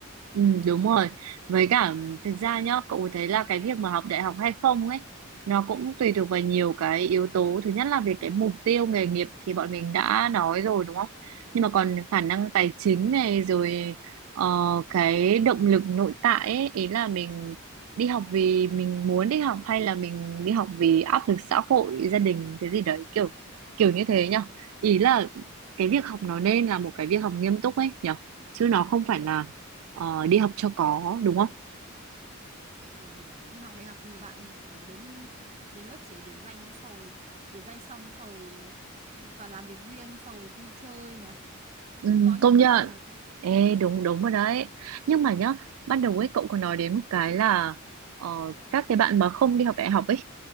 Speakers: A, on the right; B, on the right.
A: Ừ, đúng rồi. Với cả thực ra nhá, cậu thấy là cái việc mà học đại học hay không ấy, nó cũng tùy thuộc vào nhiều cái yếu tố. Thứ nhất là về cái mục tiêu nghề nghiệp thì bọn mình đã nói rồi đúng không? Nhưng mà còn khả năng tài chính này rồi ờ, cái động lực nội tại ấy, ý là mình đi học vì mình muốn đi học hay là mình đi học vì áp lực xã hội, gia đình cái gì đấy kiểu kiểu như thế nhá. Ý là cái việc học nó nên là một cái việc học nghiêm túc ấy nhở Chứ nó không phải là ờ, đi học cho có đúng không?
B: hiểu hiểu hiểu đi học đại học nhiều bạn kiểu đến đến lớp chỉ để điểm danh nhá sau rồi điểm danh xong sau rồi toàn làm việc riêng sau rồi đi chơi nhá
A: Ừ,
B: cũng có nhiều
A: công
B: bạn
A: nhận
B: như thế
A: Ê đúng đúng rồi đấy Nhưng mà nhá Ban đầu ấy cậu còn nói đến một cái là ờ, Các cái bạn mà không đi học đại học ấy